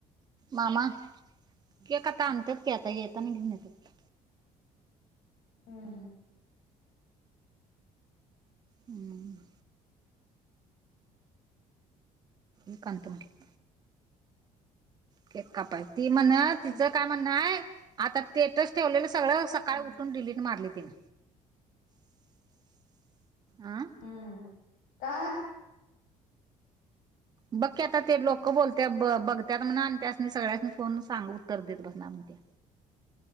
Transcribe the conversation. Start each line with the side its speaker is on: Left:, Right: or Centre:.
Right: मामा केक आता आणत्यात की आता येताना घेऊन येतात.
Left: हम्म
Right: हम्म एकांत म्हंटल केक कापाय ती म्हण तिचं
Left: आण
Right: काय म्हणणं हाय आता स्टेटस ठेवलेलं सगळं सकाळी
Left: तू
Right: उठून डिलीट मारली तिनं आं
Left: आ का?
Right: बघ की आता ते लोक बोलत्यात ब बघत्यात म्हणा आणि त्यासनी सगळ्यासनी फोन सांग उत्तर देत बसना म्हणतीया